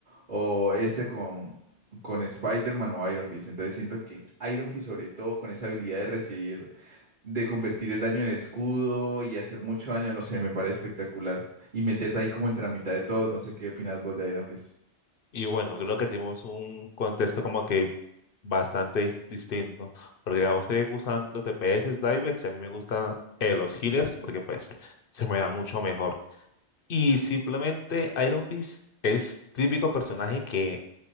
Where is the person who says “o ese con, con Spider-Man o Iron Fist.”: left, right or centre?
Right